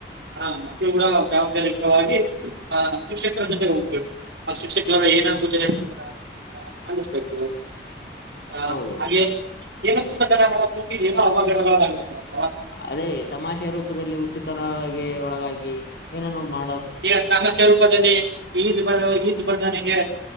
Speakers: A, on the right (about 75°); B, on the left (about 65°).
A: ಅಣ್ಣ ಮಕ್ಕಳು ಓದೋ ಜವಾಬ್ದಾರಿಕವಾಗಿ ಆ ಶಿಕ್ಷಕರ ಜೊತೆ ಹೋಗ್ಬೇಕು. ಆ ಶಿಕ್ಷಕಕರು ಏನೋ ಸೂಚನೆ ಕೊಡ್ತೀರಾ ಅನಿಸಬೇಕು. ಹ
B: ಹೌದು
A: ಹಾಗೆ ಏನ ಕಿತಾಪತಿ ಮಾಡ ಕುತಿಯೊ ಅವಘಡಗಳು ಆಗಿರುತ್ತೆತೋ
B: ಅದೇ ತಮಾಷೆ ರೂಪದಲ್ಲಿ ಉಚಿತವಾಗಿ ಒಳಗಾಗಿ ಏನಾನೂ ಮಾಡ
A: ಈಗ ತಮಾಷೆ ರೂಪದಲ್ಲಿ ಈಜು ಬರ ಈಜು ಬಂದವನಿಗೆ